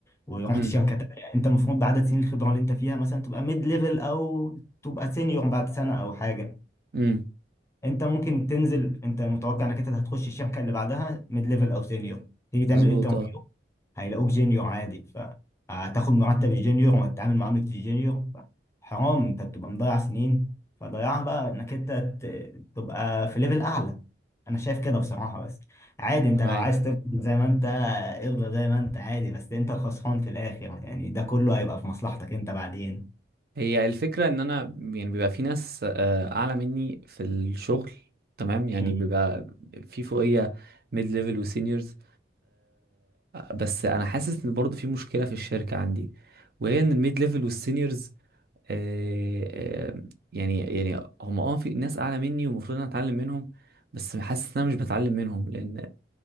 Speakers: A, on the left; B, on the right.
A: ورحت
B: امم
A: شركه تانية يعني انت المفروض بعدد سنين الخبره اللي انت فيها مثلا تبقى ميد ليفل او تبقى سينيور بعد سنه او حاجه
B: امم
A: انت ممكن تنزل انت متوقع انك انت هتخش الشركه اللي بعدها ميد ليفل او سينيور تيجي
B: مظبوط
A: تعمل انترفيو
B: اه
A: هيلاقوك جونيور عادي فهتاخد مرتب الجونيور وهتتعامل معاملة الجونيور حرام انت بتبقى مضيع سنين فضيعها بقى انك انت ت- تبقى في ليفل اعلى انا شايف كده بصراحة بس عادي انت
B: أنا معاك
A: لو عايز تفضل زي ما انت افضل زي ما انت عادي بس انت الخسران في الاخر يعني ده كله هيبقى في مصلحتك انت بعدين
B: هي الفكرة ان انا يعني بيبقى في ناس آه، اعلى مني في الشغل تمام يعني
A: مم.
B: بيبقى في فوقية ميد ليفل وسينيورز بس انا حاسس ان برضه في مشكلة في الشركة عندي وهي ان الميد ليفل والسينيورز آه، آه، يعني يعني هم اه في ناس اعلى مني ومفروض انا اتعلم منهم بس حاسس ان انا مش بتعلم منهم لان